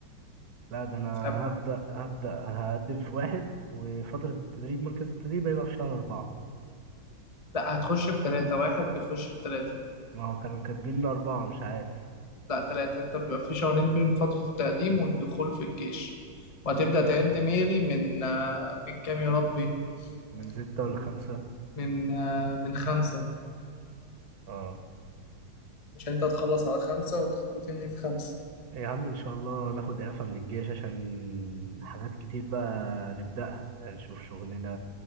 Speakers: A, on the right; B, on the left.
A: لا ده انا
B: طب
A: هبدأ هبدأ هقدم في واحد وفترة التدريب مركز التدريب هيبقى في شهر أربعة
B: لا هتخش في 3 واحد بيخش في 3
A: ما هو كانوا كاتبين لي أربعة مش عارف
B: لا ثلاثة أنت بيبقى في شهرين بين فترة التقديم والدخول في الجيش وهتبدأ تعد ميري من آه، من كام يا ربي
A: من ستة ولا
B: من
A: خمسة
B: من آه، من خمسة
A: اه
B: عشان أنت هتخلص على خمسة وت- وتنهي في خمسة
A: يا عم ان شاء الله ناخد اعفاء من الجيش عشان حاجات كتير بقى نبدأها يعني نشوف شغلنا